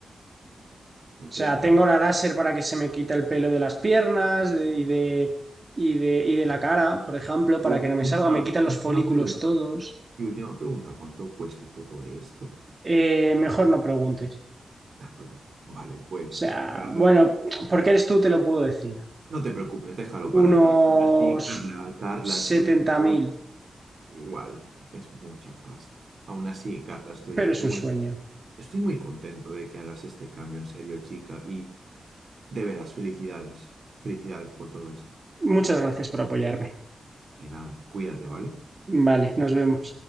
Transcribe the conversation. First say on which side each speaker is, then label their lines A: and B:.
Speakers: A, on the right; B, on the right.
A: ¿No
B: O
A: te
B: sea,
A: da
B: tengo
A: miedo?
B: la láser
A: Sí.
B: para que se me quite el pelo de las piernas de- y de, y de, y de la cara, por ejemplo, para
A: Y
B: que no me
A: Última,
B: salga. Me quitan los
A: última
B: folículos
A: pregunta.
B: todos.
A: Y última pregunta, ¿cuánto cuesta todo esto?
B: Eh, mejor no preguntes.
A: De acuerdo. Vale, pues,
B: O sea,
A: Carla,
B: bueno, porque eres tú, te lo puedo decir.
A: no te preocupes, déjalo
B: Unos
A: para ti. Aún así, Carla, Carla,
B: setenta
A: estoy muy
B: mil,
A: igual. Es mucha pasta. Aún así, Carla, estoy
B: pero
A: muy
B: es un sueño.
A: Estoy muy contento de que hagas este cambio en serio, chica, y de veras, felicidades. Felicidades por todo esto.
B: Muchas gracias por apoyarme.
A: De nada, cuídate, ¿vale?
B: Vale, nos vemos.